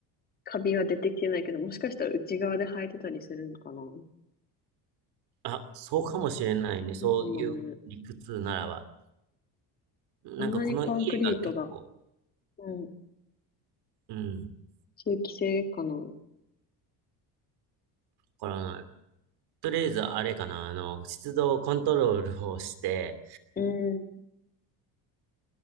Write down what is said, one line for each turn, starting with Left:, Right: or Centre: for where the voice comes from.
Left: カビは出てきてないけど、もしかしたら内側で生えてたりするのかな
Right: あ、そうかもしれないね。そういう理屈ならば。
Left: なんかもうね、
Right: なんかこの家が結構、
Left: そんなにコンクリートが、うん、
Right: うん、わ
Left: 通気性かな
Right: からない。とりあえずあれかな、あの、湿度コントロールをして、
Left: うん。